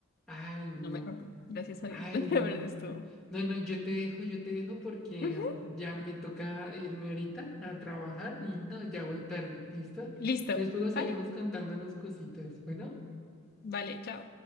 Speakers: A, in the centre; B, on the left (about 45°).
A: Ay, no.
B: No me rompí. Gracias a
A: Ay,
B: Dios. <laughs>
A: bueno.
B: Pero estuvo.
A: No, no, yo te dejo, yo te dejo porque
B: Ujú.
A: mm, ya me toca irme ahorita a trabajar y no, ya voy tarde, ¿listo?
B: Listo.
A: Después
B: Vale.
A: seguimos contándonos cositas. Bueno.
B: Vale, chao.